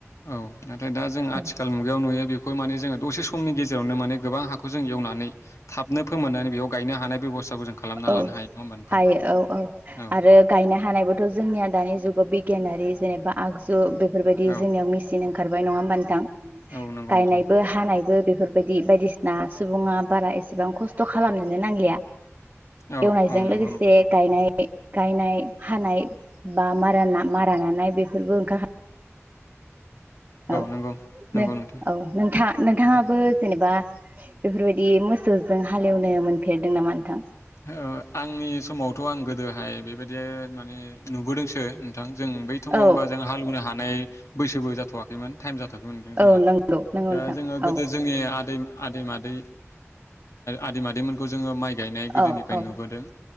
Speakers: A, on the left (about 75°); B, on the right (about 35°).
A: औ नाथाय दा जों आथिखाल
B: औ
A: मुगायाव दसे समनि गेजेरावनो माने गोबां हाखौजों एवनानै थाबनो फोमोननानै बेयाव गायनो हानाय बेबस्थाखौ जों खालामना
B: औ
A: लानो हायो नङा होमबा नोंथां?
B: हायो औ औ
A: औ
B: आरो गायनो हानायबोथ' जोंनिया दानि जुगाव बिगियानारि जेनेबा आगजु बेफोरबायदि
A: औ
B: जोंनियाव मेसिन ओंखारबाय नङा होमबा नोंथां?
A: औ नंगौ
B: गायनायबो
A: नोंथां
B: हानायबो बेफोरबायदि बायदिसिना सुबुङा बारा एसेबां खस्थ' खालामनोनो नांलिया
A: औ
B: एवनायजों
A: औ नंगौ
B: लोगोसे
A: नोंथां
B: गायनाय गायनाय हानाय बा मार मारा नानाय बेफोरबो ओंखार औ
A: नंगौ नंगौ
B: -
A: नोंथां
B: औ नोंथां नोंथाङाबो
A: औ।
B: जेनेबा बेफोरबायदि मोसौजों हालेवनो मोनफेरदों नामा नोंथां?
A: ओ आंनि समावथ' आं गोदोहाय बेबायदि माने नुबोदोंसो जों बै समाव
B: औ
A: होमबा जों हालौवनो हानाय बैसोबो जाथ'वाखैमोन टाइम जाथवाखैमोन जोंहा
B: औ नंगौ नंगौ
A: दा
B: नोंथां
A: जोङो
B: औ
A: गोदो जोंनि आदै आदै -मादै आदै -मादैमोनखौ जोङो माइ गायनाय गोदोनिफ्राय
B: औ औ
A: नुबोदों